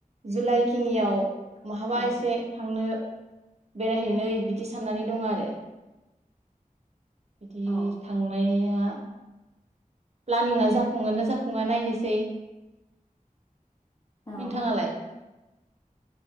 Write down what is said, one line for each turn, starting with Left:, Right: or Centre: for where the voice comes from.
Right: जुलाइ खिनियाव बहाबा
Left: औ
Right: एसे थांनो बेरायहैनो बिदि साननानै दं आरो बिदि
Left: औ
Right: थांनाया प्लानिंआ जाफुङोना जाफुङा नायनोसै
Left: औ
Right: नोंथाङालाय